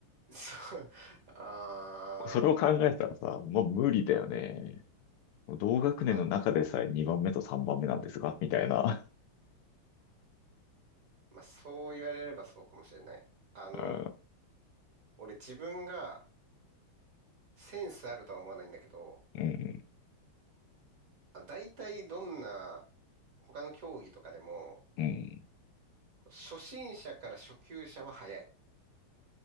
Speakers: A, on the right; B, on the left.
A: ー、そう、あ
B: それを考えたらさ、もう無理だよね。同学年の中でさえ2番目と3番目なんですが、
A: ー、まあ、
B: みたいな。
A: まあ、そう言われればそうかもしれない。あの、
B: うん、
A: 俺自分がセンスあるとは思わないんだけど、
B: うん、
A: あ、大体どんな他の競技とかでも、
B: うん。
A: 初心者から初級者は早い。